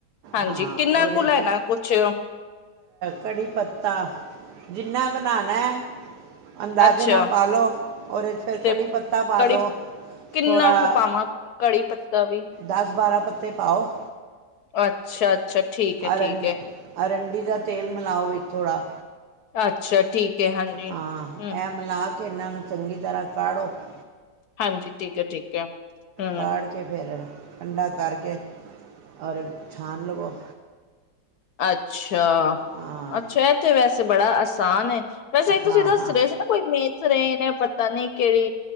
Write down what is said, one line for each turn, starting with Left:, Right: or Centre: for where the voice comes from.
Left: ਹਾਂਜੀ
Right: ਹਾਂ
Left: ਕਿੰਨਾ
Right: ਉਹਦੇ
Left: ਕੁ ਲੈਣਾ
Right: ਚ
Left: ਕੁਛ
Right: ਕੜ੍ਹੀ ਪੱਤਾ ਜਿੰਨਾ ਬਣਾਣਾ ਅੰਦਾਜ਼ੇ
Left: ਅੱਛਾ
Right: ਨਾਲ ਪਾ ਲਓ, ਉਹਦੇ 'ਚ ਫਿਰ
Left: ਤੇ
Right: ਕੜ੍ਹੀ ਪੱਤਾ ਪਾ
Left: ਕੜੀ
Right: ਲਓ,
Left: ਕਿੰਨਾ
Right: ਥੋੜ੍ਹਾ
Left: ਕੁ ਪਾਵਾਂ ਕੜੀ ਪੱਤਾ ਵੀ
Right: ਦਸ ਬਾਰਾਂ ਪੱਤੇ ਪਾਓ।
Left: ਅੱਛਾ, ਅੱਛਾ ਠੀਕ ਹੈ
Right: ਅਰ
Left: ਠੀਕ
Right: ਅਰ <unintelligible>
Left: ਹੈ
Right: ਅਰੰਡੀ ਦਾ ਤੇਲ ਮਿਲਾਓ ਵਿੱਚ ਥੋੜ੍ਹਾ
Left: ਅੱਛਾ ਠੀਕ ਹੈ ਹਾਂਜੀ
Right: ਹਾਂ
Left: ਹਮ
Right: ਇਹ ਮਿਲਾ ਕੇ ਇਹਨਾਂ ਨੂੰ ਚੰਗੀ ਤਰ੍ਹਾਂ ਕਾੜੋ ।
Left: ਹਾਂਜੀ ਠੀਕ ਹੈ ਠੀਕ ਹੈ ਹੂ
Right: ਕਾੜ ਕੇ ਫਿਰ ਠੰਡਾ ਕਰਕੇ ਔਰ ਛਾਣ ਲਵੋ
Left: ਅੱਛਾ
Right: ਹਾਂ
Left: ਅੱਛਾ ਅੱਛਾ ਇਥੇ ਵੈਸੇ ਐ ਤਾਂ ਬੜਾ ਆਸਾਨ ਏ। ਵੈਸੇ ਤੁਸੀਂ
Right: ਹਾਂ
Left: ਦੱਸ
Right: ਹਾਂ
Left: ਰਹੇ ਸੀ ਨਾ ਕੋਈ ਮੇਥ ਰਹੇ ਨੇ ਤਨਨੇ ਕੇਹੜੀ